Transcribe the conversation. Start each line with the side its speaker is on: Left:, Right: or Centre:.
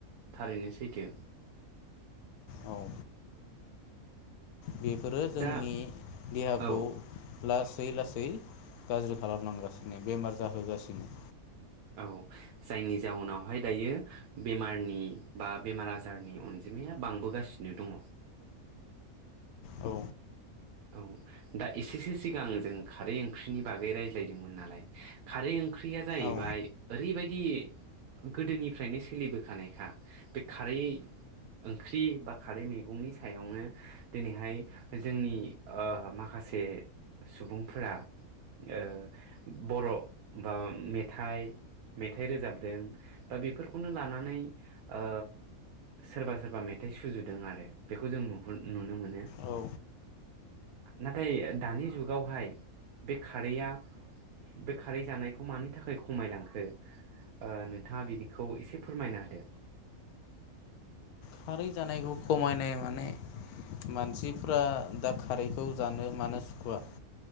Right: थारैनो सैथो
Left: औ बेफोरो जोंनि
Right: दा
Left: देहाखौ
Right: औ
Left: ला सै लासै गाज्रि खालामलांगासिनो बेमार जाहोगासिनो
Right: औ जायनि जाउनावहाय दायो बेमारनि बा बेमार आजारनि अनजिमाया बांबोगासिनो दङ
Left: औ
Right: औ दा एसेसो सिगां जों खारै ओंख्रिनि बागै रायज्लायदोंमोन नालाय खारै ओं ख्रिरिया जाहैबाय
Left: औ
Right: ओरैबाय दि गोदोनिफ्रायनो सोलिबोखानायखा बे खारै ओंख्रि बा खारै मैगंनि सायावनो दिनैहाय जोंनि ओ माखासे सुबुंफोरा ओ बर' बा मेथाइ मेथाइ रोजाबदों बा बेफोरखौनो लानानै ओ सोरबा सोरबा मेथाइ सुजुदों आरो बेखौ जों नुह नुनो मोनो ो
Left: औ
Right: नाथाय दानि जुगावहाय बे खारैआ बे खारै जानायखौ मानि थाखाय खमायलांखो ओ नोंथाङा बिनिखौ एसे फोरमायना होदो
Left: खारै जानायखौ खमायनाय माने मानसिफ्रा दा खारैखौ जानो मानो सुखुवा